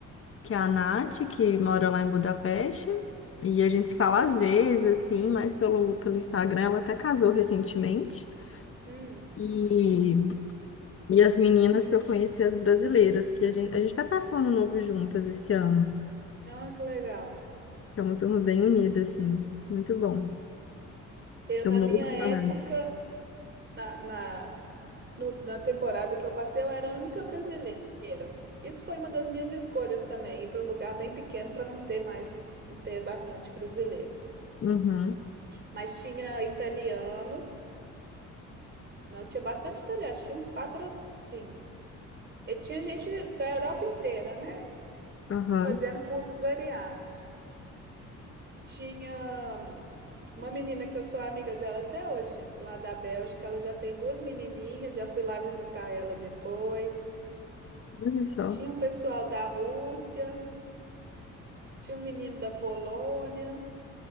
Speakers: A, on the left; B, on the right.
A: que é a Nath, que mora lá em Budapeste. E a gente se fala às vezes, assim, mas pelo, pelo Instagram ela até casou recentemente.
B: hum.
A: E, e as meninas que eu conheci, as brasileiras, que a gente, a gente tá passando novo juntas esse ano.
B: Ah, que legal.
A: É uma turma bem unida, assim. Muito bom.
B: Eu
A: Eu
B: na
A: morro
B: minha
A: de
B: época,
A: saudade.
B: na, na no- na temporada que eu passei, eu era a única brasileira. Isso foi uma das minhas escolhas também, ir para um lugar bem pequeno para não ter mais, não ter bastante brasileiro.
A: Uhum,
B: Mas tinha italianos, não, tinha bastante italianos, tinha uns quatro ou cinco. E tinha gente da Europa inteira, né?
A: aham.
B: Fazendo cursos variados. Tinha hum, uma menina que eu sou amiga dela até hoje, lá da Bélgica, ela já tem duas menininhas, já fui lá visitar ela depois.
A: Olha só.
B: Tinha um pessoal da Rússia. Tinha um menino da Polônia.